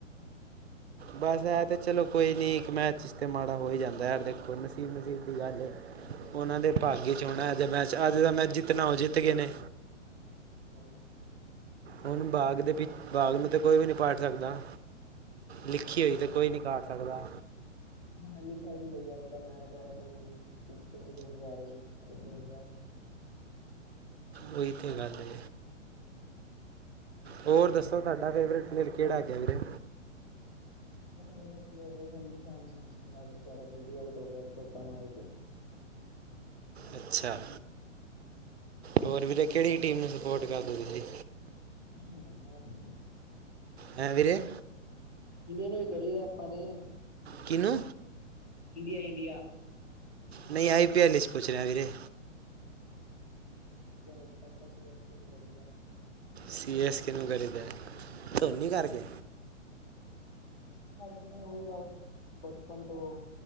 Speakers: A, on the left; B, on the right.
A: <inaudible>
B: ਬਸ, ਇਹ ਤਾਂ ਚਲੋ ਕੋਈ ਨਹੀ ਇਕ ਮੈਚ ਚ ਤਾਂਤੇ ਮਾੜਾ ਹੋ ਹੀ ਜਾਦਾ ਯਾਰ ਦੇਖੋ ਨਸੀਬ-ਨਸੀਬ ਦੀ ਗੱਲ ਹੈ।
A: ਹਾਂ।
B: ਉਹਨਾਂ
A: ਸਹੀ
B: ਦੇ ਭਾਗ
A: ਗੱਲ ਹੈ,
B: 'ਚ ਹੋਣਾ ਅਜੇ ਮੈਚ ਅਜ ਤਾਂ ਮੈਂਚ ਜਿਤਣਾ ਉਹ ਜਿਤ ਗਏ ਨੇ।
A: ਲੈ ਲਓ।
B: ਹੁਣ ਬਾਗ ਦੇ ਬਾਗ ਨੂੰ ਤਾਂ ਕੋਈ ਵੀ ਨੀ ਪਾਟ ਸਕਦਾ--ਸਕਦਾ। ਲਿਖੀ ਹੋੲਈ ਤਾਂ ਕੋਈ ਨਹੀ ਕਾਟ ਸਕਦਾ।
A: ਹੁਣ ਲਿਖਿਆ ਸੀ ਬਈ ਅਜ ਦਾ ਮੈਚ ਆਇਰਲੈਡ ਵੀ। ਕਿਹੜੀ ਟੀਮ ਇੰਡੀਆ ਆ ਰਹੀ ਉਹੀ ਹੋ ਗਿਆ।
B: ਉਹੀ ਤੇ ਗਲ ਏ। ਹੋਰ ਦੱਸੋ ਤੁਹਾਡਾ ਫੇਵਰੇਟ ਪਲੇਅਰ ਕੇਢਾ ਹੈੱਗਾ ਵੀਰੇ?
A: ਮੈਂ ਕਿਹਾ, ਮੇਰਾ ਪਲੇਅਰ ਅੱਜ <unintelligible> ਵਿਚਾਰਾ ਜਲਦੀ ਆਊਟ ਹੋ ਗਿਆ ਚੋਕਾ ਮਾਰ ਕੇ।
B: ਅਛਾ, ਹੋਰ ਵੀਰੇ ਕਿਹੜੀ ਟੀਮ ਨੂੰ ਸਪੋਟ ਕਰਦੋ ਤੁਸੀ?
A: ਇੰਡੀਆ ਨੂੰ ਕਰਦਾ ਆਪਣੀ।
B: ਹੈਂ, ਵੀਰੇ
A: ਜਿਦੇ ਤੇ ਕਰੀਏ ਆਪਾਂ ਤੇ
B: ਕਿਨੂ?
A: India- India.
B: ਨਹੀਂ, ਆਈ ਪੀ ਐਲ ਇਚ ਪੁੱਛ ਰਿਹਾਅਆ ਵੀਰੇ।
A: ਸ਼ੋਰਟ ਪ੍ਰੋਪਰਲੀ ਅੱਜ-ਕੱਲ ਕਰੀਦਾ।
B: ਸੀ ਐਸ ਕਿਹਨੂੰ ਕਰੀ ਦਾ ਧੋਨੀ ਕਰਕੇ
A: ਮਾਰਕ ਹੋਈ ਬਸ ਬਚਪਨ ਤੋਂ